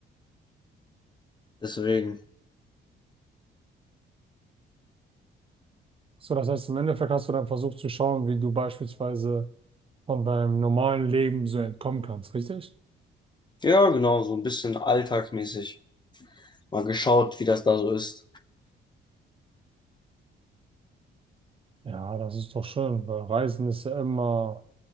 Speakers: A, on the left; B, on the right.
A: Deswegen.
B: So, das heißt, im Endeffekt hast du dann versucht zu schauen, wie du beispielsweise von deinem normalen Leben so entkommen kannst, richtig?
A: Ja, genau, so ein bisschen alltagsmäßig. mal geschaut, wie das da so ist.
B: Ja, das ist doch schön, weil Reisen ist ja immer